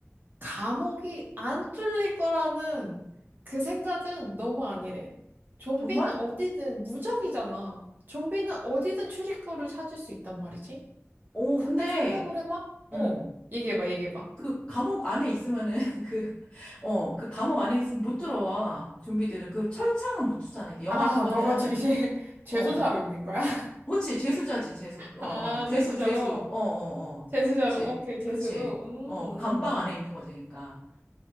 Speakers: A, on the right (about 40°); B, on the left (about 20°).
A: 감옥이 안 뚫릴 거라는 그 생각은 너무 아니래. 좀비는
B: 정말?
A: 어디든 무적이잖아. 좀비는 어디든 출입구를 찾을 수 있단 말이지.
B: 어,
A: 근데
B: 근데,
A: 생각을 해봐. 어,
B: 음.
A: 얘기해봐, 얘기해봐.
B: 그 감옥 안에 있으면은 <laughs> 그, 어, 그 감옥 안에 있으면 못 들어와. 좀비들은. 그 철창은 못 뚫잖아. 이게 영화
A: 아,
B: 보면은,
A: 너가 제- 이제 <laughs> 재수자로
B: 어.
A: 있는 거야? <laughs>
B: 그치, 죄수자지죄수 어,
A: 아,
B: 어, 제수,
A: 재수자로.
B: 제수, 어, 어, 어.
A: 재수자로,
B: 그치,
A: 오케이, 재수로.
B: 그치.
A: 음,
B: 어,
A: 음,
B: 그 감방 안에 있는
A: 음.
B: 거지니까.